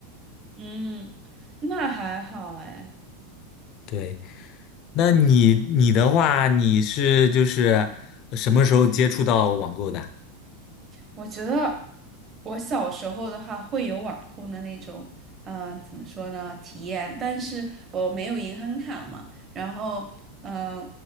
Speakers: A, on the right (about 25°); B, on the left (about 40°).
A: 嗯，那还好哎。
B: 对。那你你的话，你是就是什么时候接触到网购的？
A: 我觉得我小时候的话会有网购的那种，嗯、怎么说呢，体验，但是我没有银行卡嘛，然后，嗯、